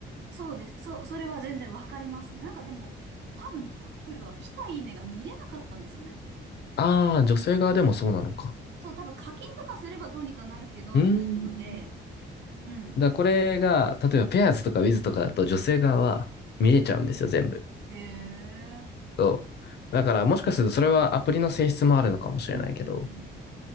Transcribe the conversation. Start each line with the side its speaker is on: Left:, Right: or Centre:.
Right: そうです。そ、それは全然わかりますね。なんかでも、多分タップルは来たいいねが見れなかったんですよね。
Left: ああ、女性側でもそうなのか。
Right: そう、多分課金とかすればどうにかなるけど、
Left: うーん。
Right: みたいなので、うん。
Left: だからこれが、例えばペアーズとかウィズとかだと女性側は見れちゃうんですよ、全部。
Right: へえ。
Left: そう。だからもしかするとそれはアプリの性質もあるのかもしれないけど、
Right: うんうんうん。